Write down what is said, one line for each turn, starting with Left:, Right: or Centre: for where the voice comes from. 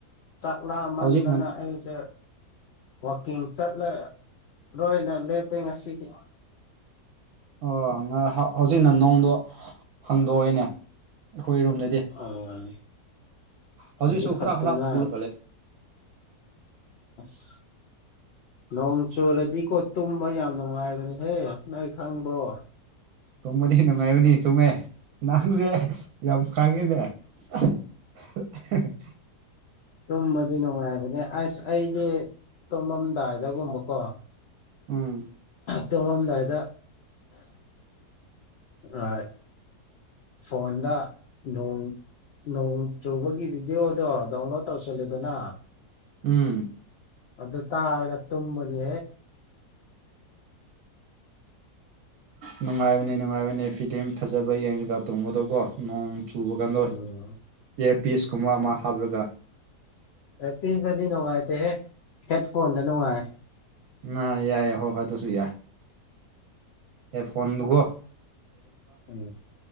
Left: ꯆꯥꯛ ꯂꯥꯃꯟꯗꯅ
Right: ꯍꯧꯖꯤꯛꯅ
Left: ꯑꯩꯁꯦ ꯋꯥꯋꯀꯤꯡ ꯆꯠꯂꯔꯣꯏꯅ ꯂꯦꯞꯄꯦ ꯉꯁꯤꯗꯤ
Right: ꯑꯣ ꯍꯧꯖꯤꯛꯅ ꯅꯣꯡꯗꯣ ꯍꯪꯗꯣꯛꯏꯅꯦ ꯑꯩꯈꯣꯏꯔꯣꯝꯗꯗꯤ
Left: ꯑꯣ
Right: ꯍꯧꯖꯤꯛꯁꯨ
Left: ꯍꯧꯖꯤꯛ ꯈꯛꯇꯅ
Right: ꯈꯔꯥ ꯈꯔꯥꯁ꯭ꯀꯜꯦ
Left: ꯑꯥꯁ ꯅꯣꯡ ꯆꯨꯔꯗꯤꯀꯣ ꯇꯨꯝꯕ ꯌꯥꯝ ꯅꯨꯡꯉꯥꯏꯕꯅꯦꯍꯦ ꯅꯣꯏ ꯈꯪꯕ꯭ꯔꯣ
Right: ꯇꯨꯝꯕꯗꯤ ꯅꯨꯡꯉꯥꯏꯕꯅꯤ ꯆꯨꯝꯃꯦꯦ ꯅꯍꯪꯁꯦ ꯌꯥꯝ ꯈꯥꯡꯉꯦꯅꯦ ꯑꯍꯥꯍꯥꯍꯥꯒ <inaudible>
Left: ꯇꯨꯝꯃꯗꯤ ꯅꯨꯡꯉꯥꯏꯕꯅꯦ ꯑꯁ ꯑꯩꯗꯤ ꯇꯣꯃꯝꯗꯥꯏꯗꯒꯨꯝꯕꯀꯣ
Right: ꯎꯝ
Left: ꯇꯣꯡꯃꯝꯗꯥꯏꯗ ꯑ ꯐꯣꯟꯗ ꯅꯣꯡ ꯅꯣꯡ ꯆꯨꯕꯒꯤ ꯚꯤꯗꯤꯑꯣꯗꯣ ꯗꯥꯎꯟꯂꯣꯗ ꯇꯧꯁꯜꯂꯦꯗꯅ
Right: ꯎꯝ
Left: ꯑꯗꯨ ꯑꯗꯨ ꯇ ꯍꯥꯏꯒ ꯇꯨꯨꯝ ꯃꯅꯤ
Right: ꯅꯨꯡꯉꯥꯏꯕꯅꯦ ꯅꯨꯡꯉꯥꯏꯕꯅꯦ ꯐꯤꯗꯤꯝ ꯐꯖꯕ ꯌꯦꯡꯉꯒ ꯇꯣꯡꯕꯗꯣꯀꯣ ꯅꯣꯡ ꯇꯨꯕ ꯀꯥꯟꯗꯣꯏ
Left: ꯎꯝ
Right: ꯑꯦꯌꯥꯔ ꯄꯤꯁꯀꯨꯝꯕ ꯑꯃ ꯍꯥꯞꯂꯒ
Left: ꯑꯦ ꯄꯤꯁꯇꯗꯤ ꯅꯨꯡꯉꯥꯏꯇꯦꯍꯦ ꯍꯦꯠ ꯐꯣꯟꯗ ꯅꯨꯡꯉꯥꯏꯔ
Right: ꯅ ꯌꯥꯏ ꯍꯣꯐꯣꯏ ꯇꯁꯨ ꯌꯥ ꯑꯦ ꯐꯣꯟꯣꯟꯗꯨꯒꯣ
Left: ꯎꯝ